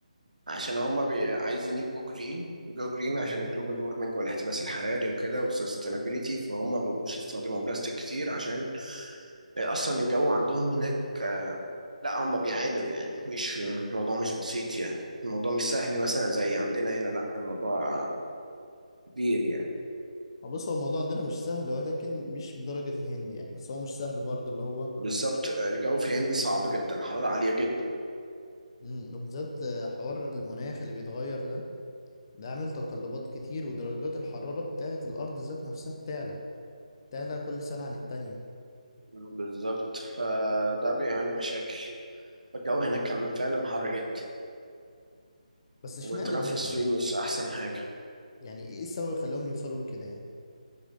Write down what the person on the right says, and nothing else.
عشان هم بي... عايزين يجوا جرين جو جرين عشان الجلوبال وورمنج والاحتباس الحراري وكده والسستينابيلتي فهم ما بيبقوش يستخدموا بلاستيك كتير عشان اصلا الجو عندهم هناك آه، لا هم بيعانوا يعني مش الموضوع مش بسيط يعني الموضوع مش سهل مثلا زي عندنا هنا لا الموضوع كبير يعني
بالظبط الجو في الهند صعب جدا حرارة عالية جدا
بالظبط فده بيعمل مشاكل الجو هناك كان فعلا حر جدا
والتنفس
فيه
مش أحسن حاجة